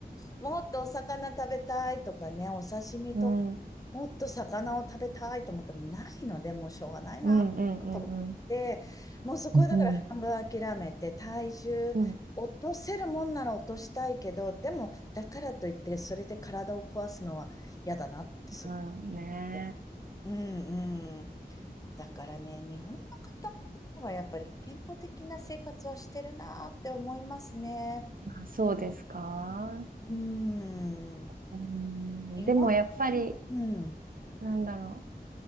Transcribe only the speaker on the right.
うん。うん
うんうんうん。
うん。
うん。
うんね
え。あそうですか
うん、
でもやっぱり、
なんだろ